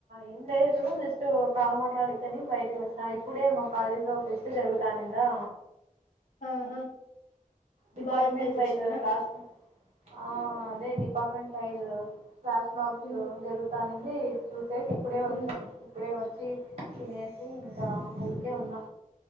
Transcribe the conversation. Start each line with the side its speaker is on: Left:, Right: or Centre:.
Right: ఏం లేదు జస్ట్ కాళ మాట్లాడుకని బయటికి వచ ఇప్పుడే మా కాలేజ్ లో ఫెస్ట్ జరుగుతానుందా
Left: ఆహా
Right: డిపార్ట్మెంట్
Left: బాగా ఎంజాయ్ చేసినారా
Right: వైస్ ఫాల్స్మోబ్ ఆ అదే డిపార్మెంట్ వైజ కఫ్లాష్ మప్స్
Left: ఉమ్,
Right: జరుగుతానే ది చూస టె ఇప్పుడే వచ్చాం
Left: ఉమ్,
Right: ఇప్పుడే వచ్చా ఫ తినేసి ఇంకా ఊరికే ఉన్నా